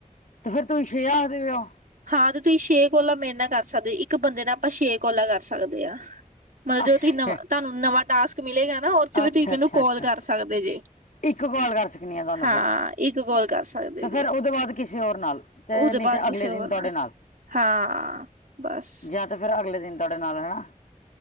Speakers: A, on the left; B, on the right.
A: ਤੇ ਫੇਰ ਤੁਸੀ ਛੇ ਆਖਦੇ ਪਹੇ‌ ਹੋ।
B: ਹਾਂ ਤੇ ਤੁਸੀਂ ਛੇ ਕੋਲਾ ਮੇਰੇ ਨਾਲ ਕਰ ਸਕਦੇ ਇੱਕ ਬੰਦੇ ਨਾਲ ਆਪਾਂ ਛੇ ਕੋਲਾ ਕਰ ਸਕਦੇ ਆਂ। ਮਤਲਬ ਜੋ
A: ਅੱਛਾ
B: ਤੁਸੀਂ ਨਵਾ ਤੁਹਾਨੂੰ ਨਵਾਂ ਟਾਸਕ ਮਿਲੇਗਾ ਨਾ ਓ 'ਚ ਵੀ
A: ਅੱਛਾ
B: ਤੁਸੀਂ ਮੈਨੂੰ
A: ਅੱਛਾ
B: ਕਾੱਲ
A: ਅੱਛਾ
B: ਕਰ ਸਕਦੇ ਜੇ।
A: ਇੱਕ ਕਾੱਲ ਕਰ ਸਕਣੀ ਆਂ ਤੁਹਾਨੂੰ
B: ਹਾਂ
A: ਫਿਰ
B: ਇੱਕ ਕਾਲ ਕਰ ਸਕਦੇ
A: ਤੇ ਫਿਰ
B: ਜੇ
A: ਓ ਤੋਂ ਬਾਦ ਕਿਸੇ ਹੋਰ ਨਾਲ ਤੇ
B: ਉਹਦੇ
A: ਨਈ
B: ਬਾਅਦ
A: ਤੇ
B: ਕਿਸੇ
A: ਅਗਲੇ ਦਿਨ
B: ਹੋਰ
A: ਤੁਹਾਡੇ ਨਾਲ
B: ਹਾਂ ਬੱਸ
A: ਜਾਂ ਤਾਂ ਫਿਰ ਅਗਲੇ ਦਿਨ ਤੁਹਾਡੇ ਨਾਲ ਹਨਾ।